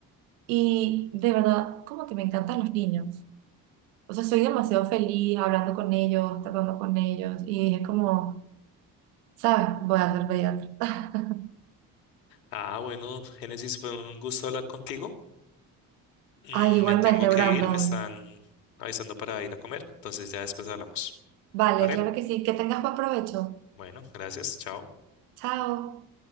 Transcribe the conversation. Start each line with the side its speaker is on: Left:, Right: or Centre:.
Right: y de verdad como que me encantan los niños, o sea, soy demasiado feliz hablando con ellos, tratando con ellos, y dije como, ¿sabes? Voy a ser pediatra. <laughs>
Left: Ah, bueno, Génesis, fue un gusto hablar contigo. Mm,
Right: Ay, igualmente,
Left: me tengo que
Right: Brandon.
Left: ir, me están avisando para ir a comer, entonces ya después hablamos.
Right: Vale,
Left: ¿Vale?
Right: claro que sí, que tengas buen provecho.
Left: Bueno, gracias, chao.
Right: Chao.